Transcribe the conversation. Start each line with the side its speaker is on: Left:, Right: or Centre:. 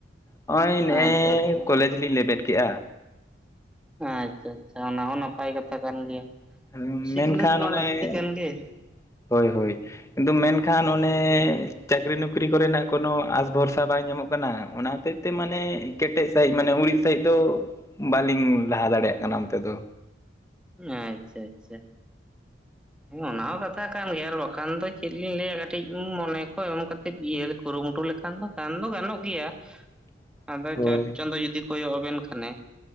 Left: ᱱᱚᱜᱼᱚᱭ ᱱᱮᱜᱼᱮ
Centre: ᱟᱪᱪᱷᱟ ᱟᱪᱪᱷᱟ
Left: ᱠᱚᱞᱮᱡ ᱞᱤᱧ ᱞᱮᱵᱮᱫ ᱠᱮᱫᱮᱜᱼᱟ᱾
Centre: ᱟᱪᱪᱷᱟ ᱟᱪᱪᱷᱟ ᱚᱱᱟ ᱦᱚᱸ ᱱᱟᱯᱟᱭ ᱠᱟᱛᱷᱟ ᱠᱟᱱ ᱜᱮᱭᱟ᱾
Left: ᱢᱮᱱᱠᱷᱟᱱ
Centre: ᱥᱤᱠᱷᱱᱟᱹᱛ ᱢᱟ
Left: ᱚᱱᱮ
Centre: ᱞᱟᱹᱠᱛᱤ ᱠᱟᱱ ᱜᱮ᱾
Left: ᱦᱳᱭ ᱦᱳᱭ ᱟᱫᱚ ᱢᱮᱱ ᱠᱷᱟᱱ ᱚᱱᱮ ᱪᱟᱹᱠᱨᱤ ᱱᱚᱠᱨᱤ ᱠᱚᱨᱮᱱᱟᱜ ᱠᱳᱱᱦᱳ ᱟᱥ ᱵᱷᱚᱨᱥᱟ ᱵᱟᱭ ᱧᱟᱢᱚᱜ ᱠᱟᱱᱟ ᱚᱱᱟ ᱛᱮ ᱛᱮ ᱢᱟᱱᱮ ᱠᱮᱴᱮᱡ ᱥᱟᱹᱦᱤᱡ ᱢᱟᱱᱮ ᱩᱨᱤᱡ ᱥᱟᱹᱤᱡ ᱫᱚ ᱵᱟᱹᱞᱤᱧ ᱞᱟᱦᱟ ᱫᱟᱲᱮᱭᱟᱜ ᱠᱟᱱᱟ ᱚᱱᱛᱮ ᱫᱚ᱾
Centre: ᱟᱪᱪᱷᱟ ᱟᱪᱪᱷᱟ ᱦᱚᱸ ᱚᱱᱟ ᱦᱚᱸ ᱠᱟᱛᱷᱟᱟᱜ ᱠᱟᱱ ᱜᱮᱭᱟ ᱟᱨ ᱵᱟᱠᱷᱟᱱ ᱫᱚ ᱪᱮᱫ ᱞᱤᱧ ᱞᱟᱹᱭᱟ ᱠᱟᱹᱴᱤᱡ ᱢᱚᱱᱮ ᱠᱚ ᱮᱢ ᱠᱟᱛᱮ ᱤᱭᱟᱹ ᱞᱮ ᱠᱩᱨᱩᱢᱩᱴᱩ ᱞᱮᱠᱷᱟᱱ ᱫᱚ ᱜᱟᱱ ᱫᱚ ᱜᱟᱱᱚᱜ ᱜᱮᱭᱟ᱾
Left: <inaudible>
Centre: ᱟᱫᱚ
Left: ᱦᱳᱭ
Centre: ᱪᱚᱴ ᱪᱟᱸᱫᱚᱭ ᱡᱩᱫᱤ ᱠᱚᱭᱚᱜ ᱟᱵᱮᱱ ᱞᱮᱠᱷᱟᱱ